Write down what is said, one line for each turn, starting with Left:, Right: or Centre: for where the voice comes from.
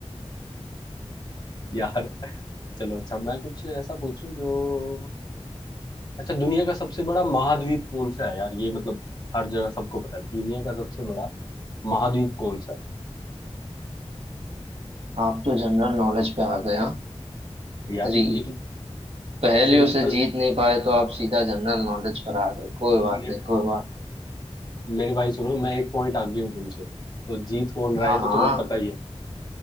Left: यार चलो अच्छा मैं कुछ ऐसा पूछूं जो अच्छा दुनिया का सबसे बड़ा महाद्वीप कौन सा है यार ये मतलब हर जगह सबको पता है दुनिया का सबसे बड़ा महाद्वीप कौन सा
Right: आप तो जनरल नॉलेज पे आ गए हाँ
Left: है यार
Right: अरे
Left: ये तो
Right: पहेलियों
Left: सिंपल
Right: से जीत नहीं पाए तो आप सीधा जनरल नॉलेज पर आ गए कोई बात
Left: मेरे,
Right: नहीं कोई बात नहीं
Left: मेरे भाई सुनो मैं एक पॉइंट आगे हूँ तुमसे तो जीत कौन रहा
Right: हाँ
Left: है तो
Right: हाँ
Left: तुम्हें पता ही है